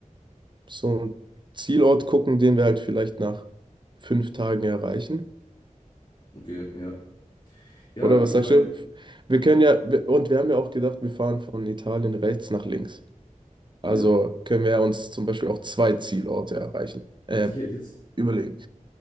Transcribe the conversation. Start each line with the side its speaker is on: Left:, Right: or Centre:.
Right: so einen Zielort gucken, den wir halt vielleicht nach fünf Tagen erreichen.
Left: Okay, ja. Ja,
Right: Oder was
Left: ich
Right: sagst
Left: meine,
Right: du? Wir können ja, wir- und wir haben ja auch gedacht, wir fahren von Italien rechts nach links.
Left: Ja,
Right: Also können wir uns zum Beispiel auch zwei Zielorte erreichen, äh,
Left: also ich hätte jetzt,
Right: überlegen.